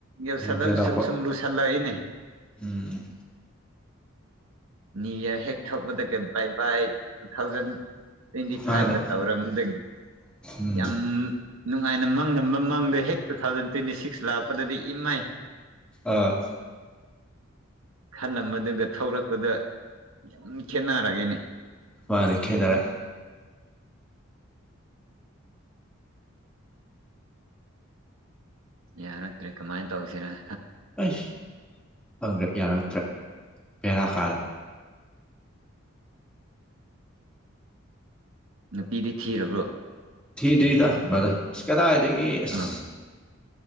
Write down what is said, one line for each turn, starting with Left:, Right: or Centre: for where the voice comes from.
Right: ꯌꯧꯁꯜꯂ
Centre: ꯍꯦꯟꯖꯜꯂꯛꯄ
Right: ꯁꯨꯝ ꯁꯨꯝ ꯂꯨꯁꯜꯂꯛꯏꯅꯦ
Centre: ꯎꯝ
Right: ꯅ꯭ꯌꯨ ꯏꯌꯥꯔ ꯍꯦꯛ ꯊꯣꯛꯄꯗꯒ ꯕꯥꯏ ꯕꯥꯏ ꯇꯨ ꯊꯥꯎꯖꯟ ꯇ꯭ꯋꯦꯟꯇꯤ ꯐꯥꯏꯚꯀ
Centre: ꯃꯥꯅꯦ
Right: ꯇꯧꯔꯝꯕ
Centre: ꯎꯝ
Right: ꯌꯥꯝ ꯅꯨꯡꯉꯥꯏꯅ ꯃꯪꯉꯝꯕ ꯃꯪꯗꯣ ꯍꯦꯛ ꯇꯨ ꯊꯥꯎꯖꯟ ꯇ꯭ꯋꯦꯟꯇꯤ ꯁꯤꯛꯁ ꯂꯥꯛꯄꯗꯗꯤ ꯏꯃꯩ
Centre: ꯑꯥ
Right: ꯈꯜꯂꯝꯕꯗꯨꯒ ꯊꯧꯔꯛꯄꯗ ꯌꯥꯝ ꯈꯦꯠꯅꯔꯒ‌ꯦꯅ‌ꯦ
Centre: ꯃꯥꯅ‌ꯦ ꯈꯦꯠꯅꯔ
Right: ꯌꯥꯔꯛꯇ꯭ꯔꯦ ꯀꯃꯥꯏꯟ ꯇꯧꯁꯤꯔꯥ
Centre: ꯑꯁ ꯈꯪꯗ꯭ꯔꯦ ꯌꯥꯔꯛꯇ꯭ꯔꯦ ꯄꯦꯔꯥ ꯀꯥꯔ
Right: ꯅꯨꯄꯤꯗꯤ ꯊꯤꯔꯕ꯭ꯔꯣ
Centre: ꯊꯤꯗ꯭ꯔꯤꯗ ꯕ꯭ꯔꯗ ꯏꯁ ꯀꯗꯥꯏꯗꯒꯤ ꯏꯁ
Right: ꯑꯥ